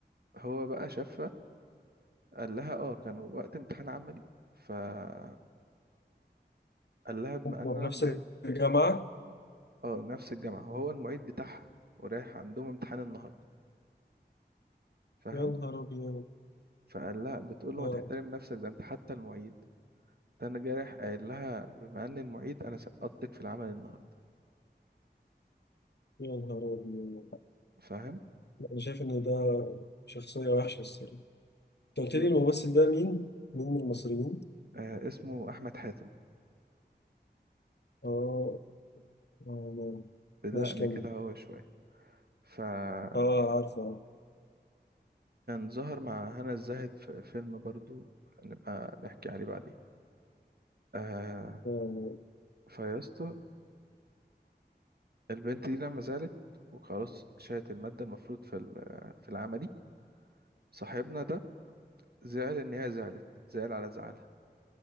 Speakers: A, on the right; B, on the left.
A: هو بقى شافها قال لها اه كانوا وقت امتحان عملي فقال لها بما
B: هما
A: ان انا
B: في نفس
A: المعيد
B: الجامعة
A: اه نفس الجامعه وهو المعيد بتاعها ورايح عندهم امتحان النهارده فاهم
B: يا نهار أبيض
A: فقال لها بتقول له
B: آه
A: ما تحترم نفسك ده انت حتى المعيد ده انا جاي رايح قايل لها بما ان المعيد انا سقطتك في العمل النهارده
B: يا نهار أبيض
A: فاهم
B: أنا شايف إن ده شخصية وحشة الصراحة أنت قلت
A: ب...
B: لي الممثل ده مين؟ مين من المصريين؟
A: آه اسمه احمد حاتم
B: آه آه
A: بدقن
B: ماشي كمل
A: كده هو شويه فكان
B: آه عارفه
A: ظهر مع هنا الزاهد في فيلم برضو نبقى نحكي عليه بعدين آه
B: آه،
A: فيا اسطى البنت دي لما زعلت وخلاص شالت المادة المفروض في ال- في العملي صاحبنا ده زعل إن هي زعلت زعل على زعلها